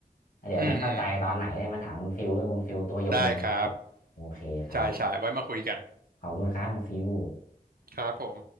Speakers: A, on the left; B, on the right.
A: แล้วเดี๋ยวไม่เข้าใจตอนไหนได้มาถามคุณฟิวให้คุณฟิวตัวยงเลย
B: อืมอืมได้ครับ
A: โอเคครับ
B: ใช่ใช่ไว้มาคุยกัน
A: ขอบคุณครับคุณฟิว
B: ครับผม